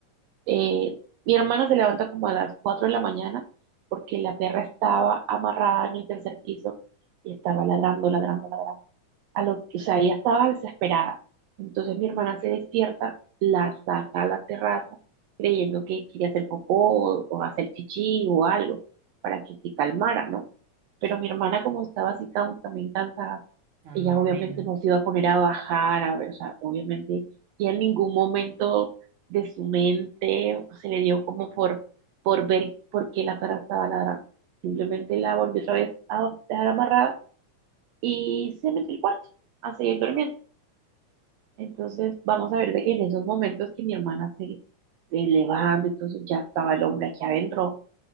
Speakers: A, on the right; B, on the right.
A: eh, mi hermana se levanta como a las 4 de la mañana porque la perra estaba amarrada en el tercer piso y estaba ladrando, ladrando, ladrando a lo, o sea, ella estaba desesperada. Entonces mi hermana se despierta, la saca a la terraza, creyendo que quería hacer popó o, o hacer chichi o algo para que se calmara, ¿no? Pero
B: sí,
A: mi hermana, como estaba así tan, también cansada,
B: están
A: ella
B: dormidas.
A: obviamente no se iba a poner a bajar, a ver, o sea, obviamente, y en ningún momento de su mente se le dio como por, por ver por qué la perra estaba ladrando. Simplemente la volvió otra vez a dejar amarrada y se metió al cuarto a seguir durmiendo. Entonces, vamos a ver de que en esos momentos que mi hermana se, se levanta, entonces ya estaba el hombre aquí adentro.